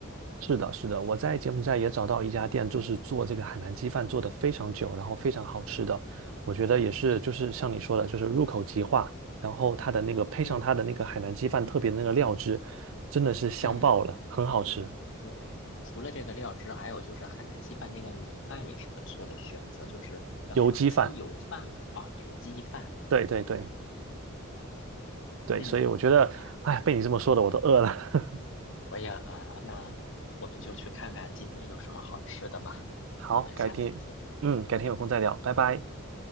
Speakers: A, on the right (about 65°); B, on the left (about 65°).
A: 是的，是的，我在柬埔寨也找到一家店，就是做这个海南鸡饭，做的非常久，然后非常好吃的。我觉得也是，
B: 嗯
A: 就是像你说的，就是入口即化，然后它的那个配上它的那个海南鸡饭特别的那个料汁，
B: 嗯
A: 真的是香爆了，
B: 嗯，
A: 很好吃。
B: 对。除了这个料汁，还有就是海南鸡饭那个米饭也是不错的选择，就是叫什么鸡油饭吧，
A: 油鸡饭，
B: 啊、油鸡饭。
A: 对对对对，
B: 嗯，
A: 所以我觉得，
B: 哎呀。
A: 哎，被你这么说的，我都饿了。<laughs>
B: 我也饿了，那我们就去看看今天有什么好吃的吧，
A: 好，
B: 我们下次见。
A: 改天，嗯，改天有空再聊，拜拜。